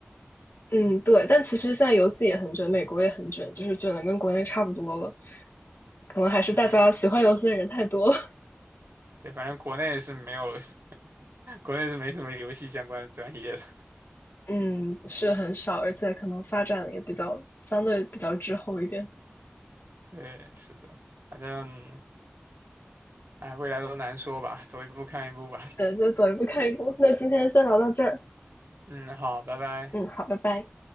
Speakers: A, on the left; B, on the right.
A: <laughs> 嗯，对。但其实现在游戏也很卷，美国也很卷，就是卷的跟国内差不多了。可能还是大家喜欢游戏的人太多了，
B: 嗯，对，反正国内是没有。国内是没什么游戏相关的专业的。
A: <laughs> 嗯，是很少，而且可能发展也比较相对比较滞后一点。
B: <laughs> 对，是的，反正，哎，未来都难说吧，走一步看一步吧。
A: 对，就走一步看一步。那今天先聊到这儿，
B: 嗯，好，拜拜。
A: 嗯，好，拜拜。